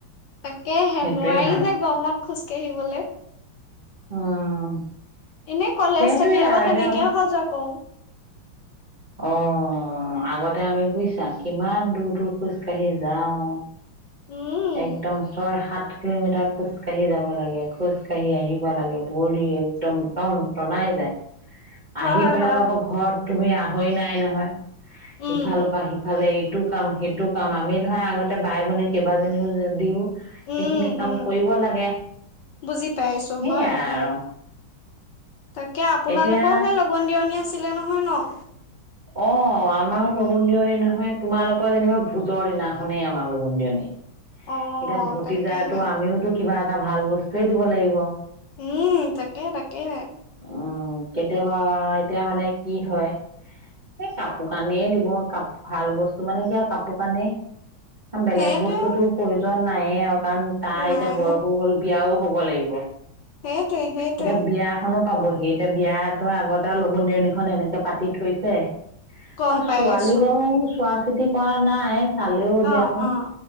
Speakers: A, on the left; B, on the right.
A: তাকে হে
B: সেইটোৱে
A: নোৱাৰি
B: ভাল
A: যে গৰমত খোজ কাঢ়িবলৈ।
B: উম।
A: এনেই কলেজ
B: সেইটোৱে
A: থাকিলে বা
B: আৰু
A: তেনেকে
B: দে
A: অহা যোৱা কৰো।
B: অহ, আগতে আমি বুজি চাম কিমান দূৰ-দূৰ খোজ কাঢ়ি যাওঁ।
A: উম
B: একদম ছয়-সাত সাত কিলোমিটাৰ খোজকাাঢ়ি যাব লাগে, খোজকাঢ়ি আহিব লাগে, ভৰি একদম টন-টনাই যায়।
A: হয়
B: আহি পেলাই
A: হয়
B: আকৌ ঘৰত তুমি আহৰি নাই নহয়।
A: উম
B: ইফালৰ পৰা সিফালে ইটো কাম-সেইটো কাম আমি ধৰা আগতে বাই ভনী কিবা <unintelligible> যদিও সেইখিনি
A: উম
B: কাম
A: উম
B: কৰিব লাগে,
A: বুজি পাইছো
B: সেইয়াই
A: হয় হয়
B: আৰু।
A: তাকে আপোনালোকৰহে
B: এতিয়া
A: লগন দিয়ণী আছিলে নহয় ন?
B: অহ আমাৰো লগোন দিয়নী নহয়, তোমালোকৰ যেনিবা ভোজৰ দিনাখনেই আমাৰ লগন দিয়নী।
A: অ
B: এতিয়া ভতিজাটো
A: তাকেহে
B: আমিওতো কিবা এটা ভাল বস্তুয়ে দিব লাগিব।
A: উম তাকে-তাকে।
B: উম কেতিয়াবা এতিয়া মানে কি হয়। এই কাপোৰ কানিও দিব কাপ ভাল বস্তু মানে যে কাপোৰ কানি বেলেগ
A: সেইটোৱে
B: বস্তুতটো দুজন নায়ে আৰু। কাৰণ তাৰ
A: নাই
B: এতিয়া বয়সো হ'ল, বিয়াও হ'ব। ক লাগিব।
A: সেইটোৱে-সেইটোৱে।
B: এতিয়া বিয়াখনো পাবহি, এতিয়া বিয়াতে আগতে আৰু লগুন দেৰণীখন এনেকে পাতি থৈছে।
A: গম
B: অহ
A: পাইছো
B: ছোৱালী বাও চোৱা খেতি কৰা নাই চালেও দিয়াচোন।
A: অ অ